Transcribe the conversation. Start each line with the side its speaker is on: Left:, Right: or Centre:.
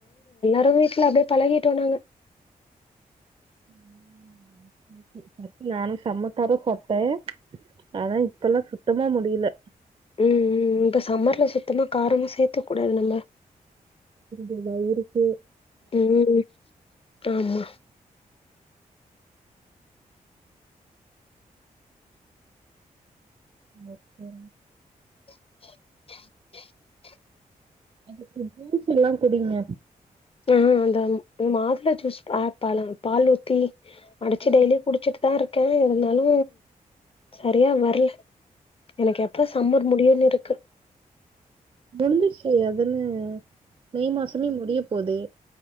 Left: எங்க வீட்ல அப்டியே பழகிட்டோ நாங்க
Right: ம் ஓகே ஓகே ஃபர்ஸ்ட் நானும் செம காரோ சாப்ட்டே ஆனா இப்ப எல்லா சுத்தமா முடியல
Left: ம்-ம் ம் இப்ப சம்மர்ல சுத் த்தமா காரமே சேத்தக் கூடாது நம்ம
Right: இல்ல இருக்கு
Left: ம் ஆமா
Right: ஓகே
Left: <inaudible>
Right: அதுக்கு ஜூஸ் எல்லா குடிங்க
Left: ம் ம் அதா மாதுள ஜூஸ் ஆ பழ பால் ஊத்தி அடைச்சு
Right: ம்,
Left: டெய்லி குடிச்சிட்டுதா இருக் <unintelligible> இருந்தாலு சரியா வரல எனக்கு எப்ப சம்மர் முடியுன்னு இருக் க
Right: முட்ஞ்சிருச்சு அதுல மே மாசமே முடியப் போதே